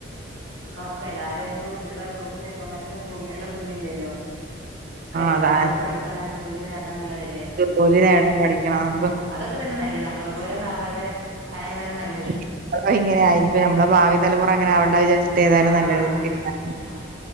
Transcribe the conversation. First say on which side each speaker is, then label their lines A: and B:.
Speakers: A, on the right; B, on the right.
A: പ്പഒക്കെ എല്ലാരും ഇപ്പ കുട്ടികളെ ചെക്കന്മാർക്ക് പെൺ കുട്ടികളെ കിട്ട്ണില്ലല്ലോ.? ഒക്കെ എല്ലാരും
B: അതാ
A: പഠിക്കണം ജോലി നേ ടണംന്ന്ള്ളതല്ലേ
B: ജോലി നേടാൻ പഠിക്കണം
A: ആ
B: അപ്പൊ
A: അതൊക്കെ തന്നെ നല്ലത് നമ്മള പോല ഒന്നും ആവാതെ. അതൊക്കെ തന്നെ നല്ലത്
B: ഇപ്പളാ ഇങ്ങനെയായി ഇനി ഇപ്പ നമ്മളെ ഭാവി തലമുറ അങ്ങനെ ആവണ്ട വിചാരി ഏതാലും
A: ആഹ്
B: നല്ലത് പിന്നെ.
A: ആഹ്